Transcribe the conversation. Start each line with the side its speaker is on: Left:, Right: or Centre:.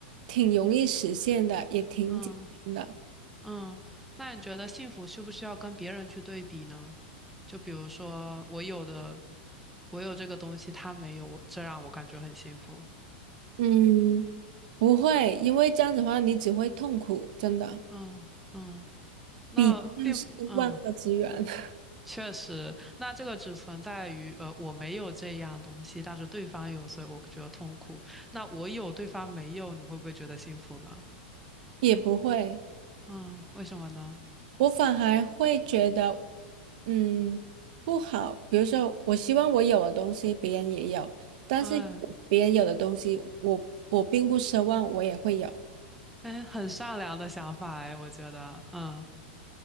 Right: 挺容易实现的，也挺简单的，
Centre: 嗯嗯，那你觉得幸福需不需要跟别人去对比呢？就比如说我有的，我有这个东西，他没有，我这让我感觉很幸福。
Right: 嗯，不会，因为这样子的话你只会痛苦，真的。
Centre: 嗯嗯，那并不嗯。
Right: 比那是万恶之源，<laughs>
Centre: 确实，那这个只存在于呃，我没有这样东西，但是对方有，所以我觉得痛苦。那我有，对方没有，你会不会觉得幸福呢？
Right: 也不会。
Centre: 嗯，为什么呢？
Right: 我反而会觉得，嗯，不好。比如说，我希望我有的东西别人也有，但是
Centre: 嗯，
Right: 别人有的东西我我并不奢望我也会有。
Centre: 哎，很善良的想法哎，我觉得，嗯